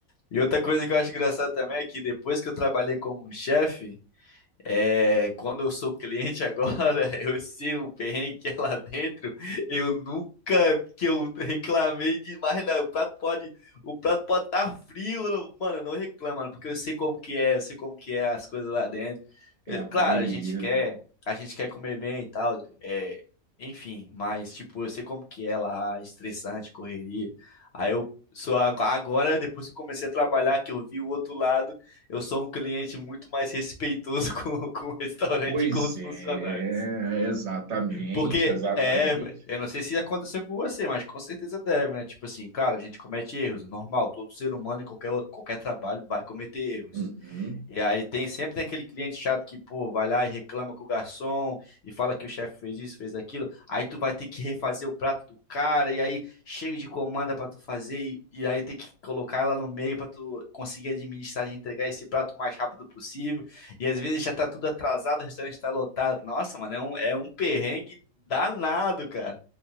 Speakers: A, on the left (about 60°); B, on the right (about 60°).
A: E outra coisa que eu acho engraçado também é que depois que eu trabalhei como chefe, É, quando eu sou cliente agora, <laughs> eu sei o perrengue que é lá dentro. Eu nunca que eu reclamei demais, né? O prato pode, o prato pode estar frio, eu não- mano, eu não reclamo, mano, porque eu sei como que é, eu sei como que é as coisas lá dentro.
B: É
A: É,
B: a
A: claro,
B: correria.
A: a gente quer, a gente quer comer bem e tal, é, enfim, mas tipo, eu sei como que é lá, estressante, correria. Aí eu sou ag- agora, depois que eu comecei a trabalhar, que eu vi o outro lado eu sou um cliente muito mais respeitoso <laughs> com, com o restaurante
B: Pois
A: e com os
B: é,
A: funcionários.
B: exatamente,
A: Porque
B: exatamente.
A: é, eu não sei se aconteceu com você, mas com certeza deve, né? Tipo assim, cara, a gente comete erros, é normal, todo ser humano em qualquer, qualquer trabalho vai cometer erros.
B: Uhum.
A: E aí tem sempre tem aquele cliente chato que, pô, vai lá e reclama com o garçom e fala que o chefe fez isso, fez aquilo. Aí tu vai ter que refazer o prato do cara e aí cheio de comanda pra tu fazer e, e aí tem que colocar ela no meio pra tu conseguir administrar e entregar esse prato o mais rápido possível. E às vezes já tá tudo atrasado, o restaurante tá lotado. Nossa, mano, é um, é um perrengue Danado, cara.